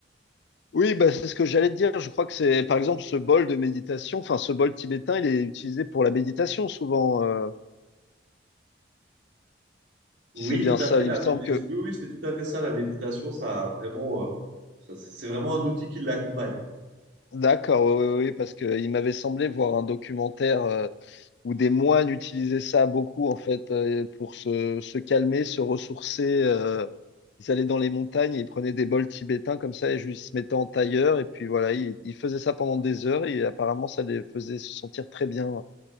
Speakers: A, on the left; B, on the right.
A: Oui, bah, c'est ce que j'allais te dire. Je crois que c'est, par exemple, ce bol de méditation, enfin, ce bol tibétain, il est utilisé pour la méditation souvent, euh,
B: oui
A: si c'est bien
B: tout à
A: ça.
B: fait
A: Il
B: la
A: me semble
B: méditation
A: que,
B: oui oui c'est tout à fait ça la méditation ça a vraiment euh, ça, c'est c'est vraiment un outil qui l'accompagne
A: d'accord, oui, oui, oui, parce que il m'avait semblé voir un documentaire euh, où des moines utilisaient ça beaucoup, en fait, euh, pour se, se calmer, se ressourcer. euh, ils allaient dans les montagnes, et ils prenaient des bols tibétains comme ça, et juste ils se mettaient en tailleur, et puis voilà, ils, ils faisaient ça pendant des heures, et apparemment, ça les faisait se sentir très bien.